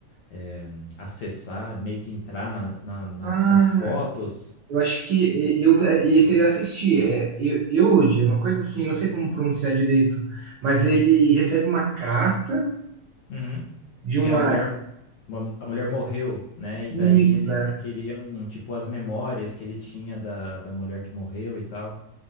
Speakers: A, on the left; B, on the right.
A: é, acessar, meio que entrar na, na- na-
B: Ah,
A: nas fotos.
B: eu acho que e- eu, esse eu assisti, é Eu- Eulodia, uma coisa assim, não sei como pronunciar direito, mas ele recebe uma carta
A: Uhum.
B: de
A: Que
B: uma.
A: é a mulher Uma- a mulher morreu, né? E
B: Isso,
A: daí eles
B: é,
A: queriam, tipo, as memórias que ele tinha da, da mulher que morreu e tal.